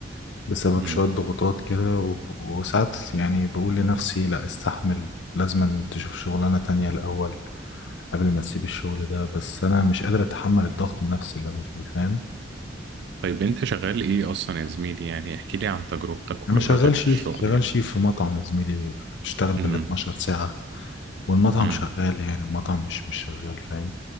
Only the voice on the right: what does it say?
امم
طيب انت شغال ايه اصلا يا زميلي يعني احكي لي عن تجربتك وخبرتك
في الشغل
يعني
امم
امم